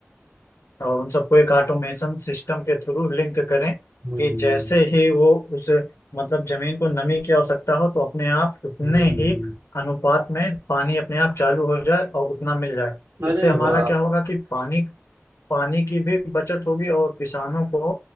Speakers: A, on the left (about 75°); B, on the right (about 85°).
A: और उन सबको एक ऑटोमेशन सिस्टम के थ्रू लिंक करें
B: हम्म
A: कि जैसे ही वो उस मतलब जमीन को नमी की आवश्यकता हो तो अपने आप उतने
B: हम्म
A: ही अनुपात में पानी अपने आप चालू हो जाए और उतना मिल जाए
B: अरे
A: इससे हमारा
B: वाह
A: क्या होगा कि पानी पानी की भी बचत होगी और किसानों को